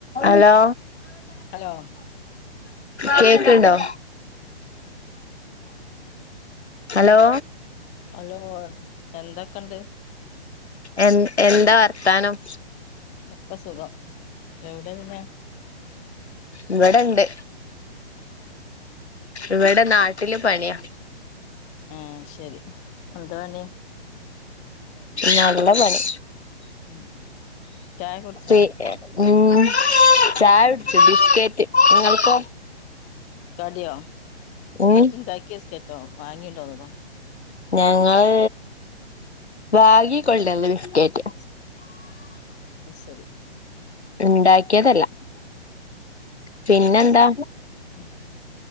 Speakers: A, on the left (about 85°); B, on the left (about 25°).
A: hello
B: hello
A: കേക്ക്ണ്ടോ hello
B: hello എന്തൊക്കെണ്ട്
A: എൻ എന്താവർത്താനം
B: ഒക്കെസുഖം എവിടെപിന്നെ
A: ഇവടെണ്ട് ഇവിടെ നാട്ടില് പണിയാ
B: ഉം ശരി എന്താ പണി
A: നല്ല പണി
B: ഉം ചായ കുടിച്ചോ
A: പി ഉം ചായ
B: ഉം
A: കുടിച്ച് ബിസ്കേറ്റ് നിങ്ങൾക്കൊ
B: കടിയോ ബിസ്കറ്റിണ്ടാക്കിയ
A: ഉം
B: ബിസ്കെറ്റോ വാങ്ങിട്ട് വന്നതോ
A: ഞങ്ങള് വാങ്ങി കൊണ്ട് വന്ന ബിസ്ക്കറ്റ്
B: അത് ശരി
A: ഇണ്ടാക്കിയതല്ല പിന്നെന്താ
B: ഉം